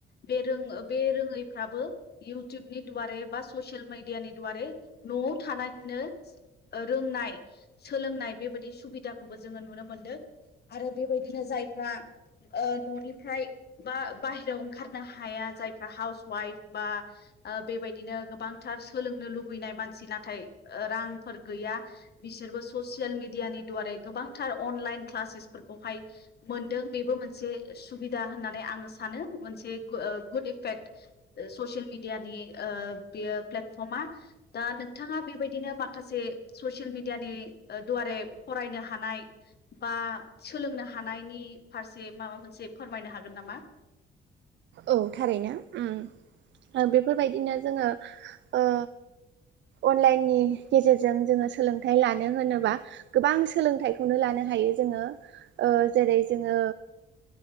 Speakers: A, on the left; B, on the right.
A: बे रो बे रोङैफ्राबो इउटुबनि दुवारे बा ससियेल मिडियानि दुवारे न'आव थानानैनो ओ रोंनाय सोलोंनाय बेबायदि सुबिदाखौबो जोङो नुनो मोनदों। आरो बेबायदिनो जायफ्रा ओ न'निफ्राय बा बाहेरायाव ओंखारनो हाया जायफ्रा हाउस वाइफ बा ओ बेबायदिनो गोबांथार सोलोंनो लुुबैनाय मानसि नाथाय ओ‌ रांफोर गैया बिसोरबो ससियेल मिडियानि दुवारै गोबांथार अनलाइन क्लासेसफोरखौहाय मोनदों बेबो मोनसे सुबिदा होननानै आं सानो मोनसे गु ओ गुड इफेक्ट ससियेल मिडियानि ओ बेयो प्लेटफर्मा दा नोंथाङा बेबायदिनो माखासे ससियेल मिडियानि दुवारै फरायनो हानाय बा सोलोंनो हा नायनि फारसे माबा मोनसे फोरमायनो हागोन नामा?
B: औ थारैनो उम बेफोरबायदिनो जोङो ओ अनलाइननि गेजेरजों जोङो सोलोंथाइ लानो होनोबा गोबां सोलोंथाइखौनो लानो हायो जो ङो ओ जेरै-जोङो